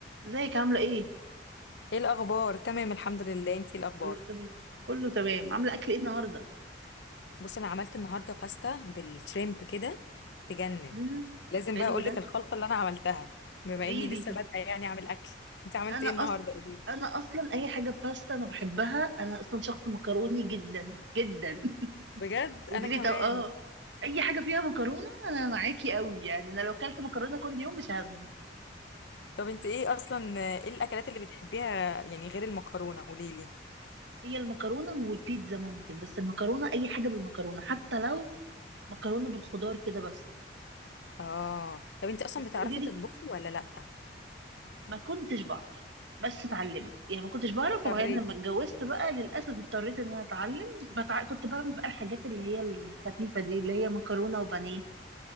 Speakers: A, on the right (about 75°); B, on the left (about 70°).
A: ازيك عامله ايه
B: ايه الاخبار تمام الحمد لله انتي إيه الاخبار
A: اقول له تمام كله تمام عامله اكل ايه النهارده
B: بصي انا عملت النهارده باستا بالشريمب كده تجنن
A: امم
B: لازم
A: حلو
B: بقى اقول
A: ده
B: لك الخلطه اللي انا عملتها بما
A: قولي
B: اني
A: لي
B: لسه بادئه يعني اعمل اكل انت عملت
A: انا
B: ايه النهارده
A: اصلا
B: قولي
A: انا اصلا اي حاجه باستا انا بحبها انا اصلا شخص مكروني جدا جدا
B: بجد
A: <laughs> قولي
B: انا كمان
A: لي طب اه اي حاجه فيها مكرونه انا معاكي قوي يعني انا لو كلت مكرونه كل يوم مش هزهق
B: طب انت ايه اصلا ايه الاكلات اللي بتحبيها يعني غير المكرونه قولي لي
A: هي المكرونه والبيتزا ممكن بس المكرونه اي حاجه بالمكرونه حتى لو مكرونه بالخضار كده بس
B: اه طب انت اصلا
A: بس
B: بتعرفي
A: قولي لي
B: تطبخي ولا لا
A: ما كنتش بعرف بس اتعلمت يعني ما كنتش بعرف
B: اضطريتي
A: وبعدين لما اتجوزت بقى للاسف اضطريت ان انا اتعلم بتع... كنت بعمل بقى الحاجات اللي هي الخفيفه دي اللي هي مكرونه وبانيه